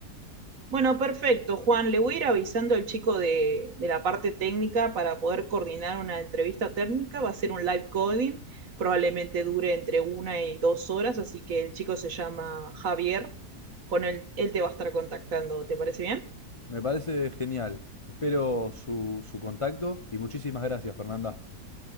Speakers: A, on the right; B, on the left.
A: Bueno, perfecto, Juan. Le voy a ir avisando al chico de, de la parte técnica para poder coordinar una entrevista técnica. Va a ser un live coding, probablemente dure entre una y dos horas, así que el chico se llama Javier. Con él, él te va a estar contactando. ¿Te parece bien?
B: Me parece genial. Espero su, su contacto y muchísimas gracias, Fernanda.